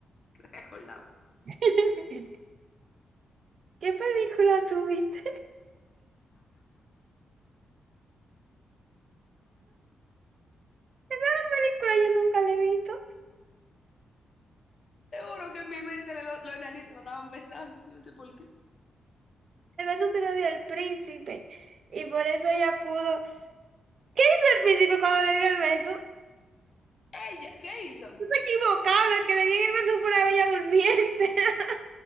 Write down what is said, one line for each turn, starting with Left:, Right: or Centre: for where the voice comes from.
Left: que no me acordaba.
Right: <laughs> ¿Qué película tú viste? <laughs> película yo nunca le he visto?
Left: Seguro que en mi mente le- los, los enanitos me estaban besando, yo no sé por qué.
Right: El beso se lo dio el príncipe. Y por eso ella pudo. ¿Qué hizo el príncipe cuando le dio el beso?
Left: Ella, ¿qué hizo?
Right: No
Left: <laughs>
Right: se equivocaron, la que le dieron el beso fue la bella durmiente. <laughs>